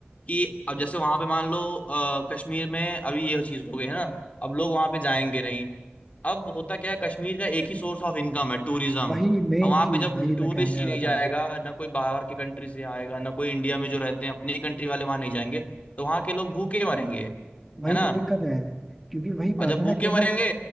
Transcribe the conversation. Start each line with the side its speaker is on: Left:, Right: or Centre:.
Left: कि अब जैसे वहां पे मान लो अ, कश्मीर में अभी ये चीज हो गई है ना अब लोग वहां पे जाएंगे नहीं अब होता क्या है कश्मीर का एक ही सोर्स ऑफ इनकम है टूरिज्म
Centre: वही मेन
Left: अब वहां
Centre: चीज
Left: पे जब
Centre: वही
Left: टूरिस्ट
Centre: मैं कहने
Left: ही
Centre: वाला
Left: नहीं जाएगा
Centre: था
Left: ना कोई बाहर की कंट्री से आएगा ना कोई इंडिया में जो रहते हैं अपनी कंट्री वाले वहां नहीं जाएंगे तो वहां के लोग भूखे मरेंगे
Centre: वही
Left: है ना
Centre: तो दिक्कत है क्योंकि वही
Left: और
Centre: बात
Left: जब
Centre: है
Left: भूखे
Centre: ना कि मतलब
Left: मरेंगे